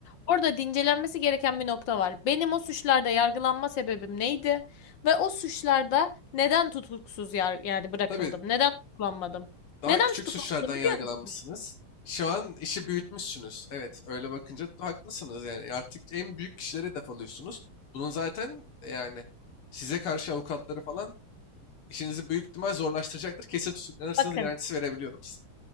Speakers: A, on the left; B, on the left.
A: Orada da incelenmesi gereken bir nokta var. Benim o suçlarda yargılanma sebebim neydi? Ve o suçlarda neden tutuksuz yar yani bırakıldım?
B: Tabii
A: Neden tutuklanmadım?
B: daha
A: Neden
B: küçük
A: tutuklanmadım
B: suçlardan
A: biliyor
B: yargılanmışsınız.
A: musunuz?
B: Şu an işi büyütmüşsünüz. Evet öyle bakınca haklısınız yani. Artık en büyük kişilere hedef alıyorsunuz. Bunun zaten yani size karşı avukatları falan işinizi büyük ihtimal zorlaştıracaktır. Kesin tutuklanırsınız
A: Bakın.
B: garantisi verebiliyorum size.